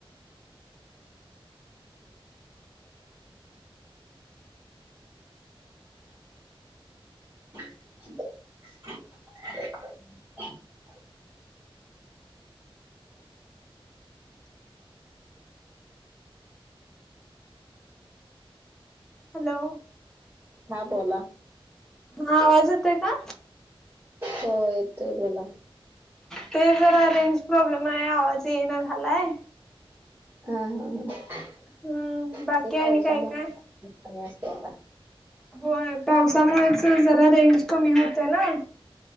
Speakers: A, on the right; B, in the centre.
A: <unintelligible>
B: <unintelligible> <inaudible> हॅलो,
A: हा बोला.
B: हा आवाज येतोय का?
A: हो येतोय बोला.
B: ते जरा रेंज प्रॉब्लेम आहे आवाज येई ना झालाय.
A: हा हा हा
B: हम्म
A: <inaudible>
B: बाकी
A: ते
B: आणि
A: पावसामुळे
B: काय काय?
A: कमी असते आता.
B: हो पावसामुळेच जरा रेंज कमी होत ना,